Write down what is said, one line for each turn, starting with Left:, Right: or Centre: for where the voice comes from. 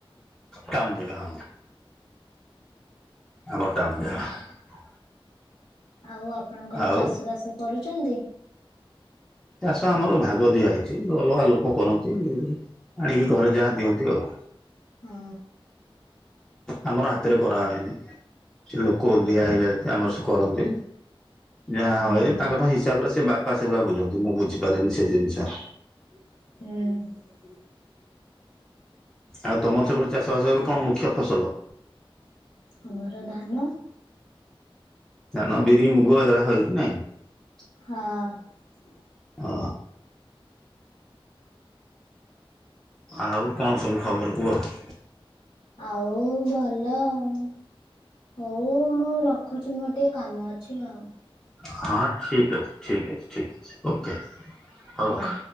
Centre: କାମ ଦେବ ହଁ। ଆମର ଟାଉନ ଜାଗା।
Left: ଆଉ ଆପଣଙ୍କର
Centre: ଆଉ
Left: ଚାଷ ବାସ କରୁଚନ୍ତି।
Centre: ଚାଷ ଆମର ଭାଗ ଦିଆ ହେଇଚି। ଅଲଗା ଲୋକ କରନ୍ତି ଆଣିକି
Left: ହୁଁ
Centre: ଘରେ ଯାହା ଦିଅନ୍ତି ଆଉ।
Left: ହଁ।
Centre: ଆମର ହାତରେ କରାହେନି। ସେ ଲୋକ ଦିଆ ହେଇଯାନ୍ତି ଆମର ସେ କରନ୍ତି। ଯାହା
Left: ହୁଁ
Centre: ହଏ ତାଙ୍କର ତ ହିସାବରେ ସେ ବାପା ସେଗୁଡା ବୁଝନ୍ତି ମୁଁ ବୁଝିପାରେନି ସେ ଜିନିଷ।
Left: ହୁଁ।
Centre: ଆଉ ତମର ସେପଟେ ଚାଷ ବାସ ଏବେ କଣ? ମୁଖ୍ୟ ଫସଲ।
Left: ଆମର ଧାନ
Centre: ଧାନ ବିରି ମୁଗ ହେରାହେଇଚି ନା ହଏ ନାଇଁ
Left: ହଁ।
Centre: ଅ ଆଉ କଣ ସବୁ ଖବର କୁହ?
Left: ଆଉ ଭଲ ଆଉ ହୋଉ। ମୁଁ ରଖୁଚି ମୋର ଟିକେ କାମ ଅଛି ଆଉ।
Centre: ହଁ ଠିକ ଅଛି ଠିକ ଅଛି। ଠିକ୍ ଅଛି
Left: ହଉ
Centre: ଓକେ
Left: ହଉ
Centre: ହୋଉ ରଖ୍।
Left: ହଉ